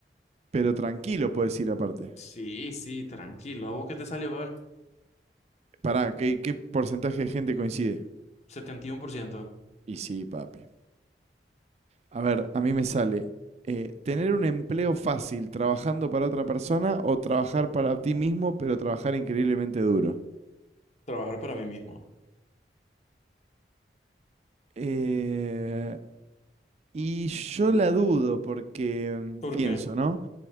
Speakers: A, on the right; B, on the left.
A: pero tranquilo puedes ir aparte.
B: Sí, sí, tranquilo. ¿A vos qué te salió? A ver,
A: Pará, ¿qué, qué porcentaje de gente coincide?
B: setenta y uno por ciento
A: Y sí, papi. A ver, a mí me sale eh, tener un empleo fácil trabajando para otra persona o trabajar para ti mismo, pero trabajar increíblemente duro.
B: Trabajar para mí mismo.
A: Eh, y yo la dudo porque mm,
B: ¿Por
A: pienso,
B: qué?
A: ¿no?